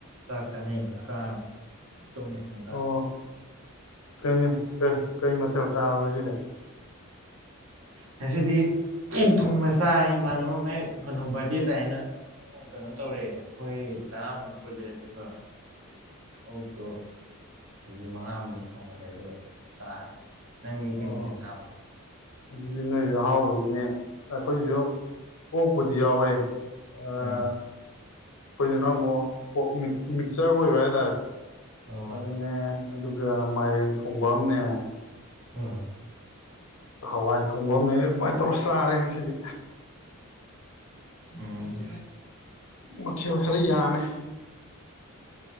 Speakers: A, on the right; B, on the left.
A: ꯆꯥꯛ ꯆꯥꯅꯩꯌꯦꯅ ꯆꯥꯔꯒ ꯇꯨꯝꯃꯦ ꯉꯟꯇꯥ
B: ꯑꯣ ꯀꯩ ꯀꯩ ꯀꯩ ꯃꯊꯦꯜ ꯆꯥꯔꯕꯣ ꯉꯁꯤꯗꯤ
A: ꯉꯁꯤꯗꯤ ꯊꯨꯡꯒ ꯆꯥꯔꯦ ꯢꯃꯥꯟꯅꯕ ꯃꯥꯏ ꯀꯩꯅꯣ ꯕꯥꯔꯗꯦ ꯇꯥꯏꯅ ꯀꯩꯅꯣ ꯇꯧꯔꯦ ꯑꯩꯈꯣꯏ ꯇꯔꯥꯃꯨꯛ ꯄꯨꯜꯂꯦ ꯑꯗꯨꯒ
B: ꯎ <inaudible>
A: ꯑꯣꯛꯇꯣ ꯀꯦꯖꯤ ꯃꯉꯥꯃꯨꯛ ꯊꯣꯡꯒꯥꯠꯂꯦ ꯑꯗꯨꯒ ꯆꯥꯔꯦ ꯅꯪꯗꯤ
B: ꯑꯣ
A: ꯀꯩ ꯃꯊꯦꯜ
B: ꯑꯁ
A: ꯆꯥꯕ
B: ꯑꯗꯨꯗꯤ ꯅꯣꯏꯗꯤ ꯑꯍꯥꯎꯕꯅꯤꯅꯦ ꯑꯩꯈꯣꯏꯁꯨ ꯑꯣꯛꯄꯨꯗꯤ ꯌꯥꯎꯋꯦ ꯑꯥ
A: ꯎꯝ
B: ꯑꯩꯈꯣꯏꯗꯨꯅ ꯑꯃꯨꯛ ꯄꯣꯛ ꯃꯤꯛꯆꯔ ꯑꯣꯏꯕ ꯍꯥꯏꯇꯥꯔꯦ
A: ꯑꯣ
B: ꯑꯗꯨꯅꯦ ꯑꯗꯨꯒ ꯃꯥꯏꯔꯦꯟ ꯊꯣꯡꯕ ꯑꯃꯅꯦ
A: ꯑꯝ
B: ꯍꯋꯥꯏ ꯊꯣꯡꯕ ꯑꯃꯅꯦ ꯑꯗꯨꯃꯥꯏꯅ ꯇꯧꯔ ꯆꯥꯔꯦ ꯉꯁꯤꯗꯤ
A: ꯎꯝ
B: ꯃꯊꯦꯜ ꯈꯔ ꯌꯥꯝꯃꯦ